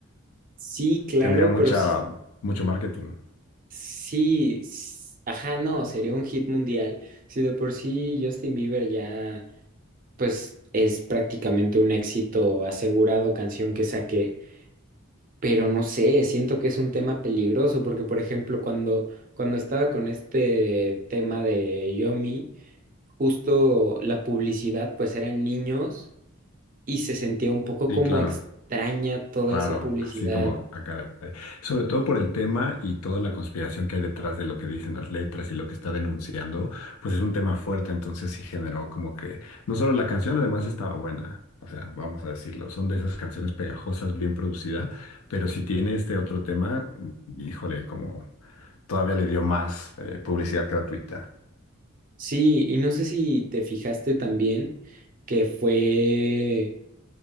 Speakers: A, on the right; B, on the left.
A: Sí, claro,
B: Tendría mucha,
A: pero sí,
B: mucho marketing.
A: Sí, s- ajá, no, sería un hit mundial. Si de por sí Justin Bieber ya, pues es prácticamente un éxito asegurado canción que saqué, pero no sé, siento que es un tema peligroso porque, por ejemplo, cuando, cuando estaba con este tema de Yomi, justo la publicidad, pues eran niños y se sentía un poco
B: Sí,
A: como
B: claro.
A: extraña toda
B: Raro,
A: esa publicidad.
B: así como a caray. Sobre todo por el tema y toda la conspiración que hay detrás de lo que dicen las letras y lo que está denunciando, pues es un tema fuerte, entonces sí generó como que no solo la canción, además estaba buena, o sea, vamos a decirlo, son de esas canciones pegajosas, bien producida, pero si tiene este otro tema, híjole, como todavía le dio más eh, publicidad gratuita,
A: Sí, y no sé si te fijaste también que fue,